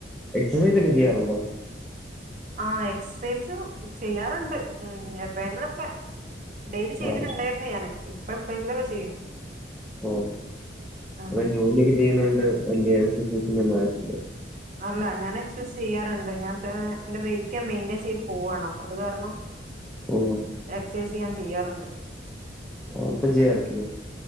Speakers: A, in the centre; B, on the right.
A: എക്സസൈസ് ഒക്കെ ചെയ്യാറുണ്ടോ
B: ആഹ് എക്സസൈസ് ചെയ്യാറിണ്ട് ഉം എപ്പഴെങ്കിലൊക്കെ ഡെയ്ലി ചെയ്തിട്ടിണ്ടായിരുന്നു
A: ആ
B: ഞാന് ഇപ്പ എപ്പഴെങ്കിലും ഒക്കെ ചെയ്യും
A: ഓഹ്
B: ആഹ്
A: ഇവിടെ ജോലിയൊക്കെ ചെയ്യുന്നൊണ്ട് വലിയ <unintelligible> ആവശ്യല്ല
B: അല്ല ഞാൻ എക്സൈസ് ചെയ്യാറെണ്ട് ഞാൻ ത് എന്റെ വെയിറ്റ് ഞാൻ മെയ്ന്റെയ്ൻ ചെയ്ത് പോവുവാണ് അപ്പ അത് കാരണം
A: <unintelligible>
B: എക്സൈസ് ഞാൻ ചെയ്യാറെണ്ട്
A: ആ, ഇപ്പം ചെയ്യാറില്ലേ